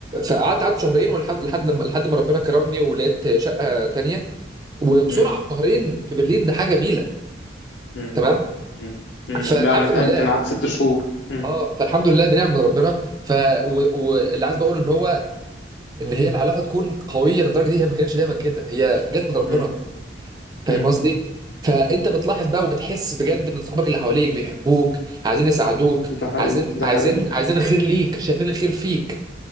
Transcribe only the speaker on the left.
مم.
مم.
مم. مم.
لا أنا تعبت
أنا قعدت ست شهور مم.
مم.
مم.
ده حقيقي
ده
حقيقي